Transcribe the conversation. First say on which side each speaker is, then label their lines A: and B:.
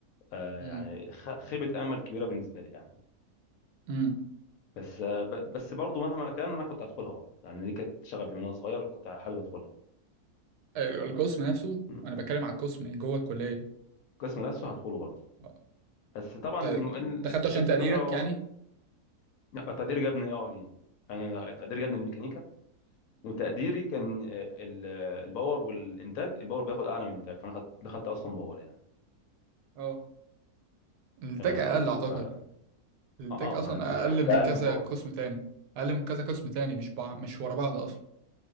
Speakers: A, on the left; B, on the right.
A: آه
B: امم
A: يعني خ- خيبه امل كبيره بالنسبه لي يعني
B: امم
A: بس آه ب... بس برضو مهما كان انا كنت هدخلها برضو لان دي كانت شغفي من وانا صغير كنت حابب ادخلها
B: القسم نفسه
A: م.
B: انا بتكلم عن القسم جوه الكلية
A: القسم نفسه هدخله برضه
B: اه.
A: بس طبعا
B: ت-
A: الم- ال-
B: دخلته عشان
A: الدكاترة
B: تقديرك يعني
A: لا تقدير جابني اه ليه انا تقدير جابني الميكانيكا وتقديري كان آه، ال- آه، الباور والانتاج الباور بياخد اعلى من انتاج فانا خدت- دخلت اصلا باور يعني
B: اه الانتاج
A: آه،
B: اقل اعتقد
A: ف اه
B: الانتاج
A: اه
B: اصلا
A: ما الانتاج
B: اقل
A: اقل
B: من كذا
A: من باور
B: قسم تاني اقل من كذا قسم تاني مش بع... مش ورا بعض اصلا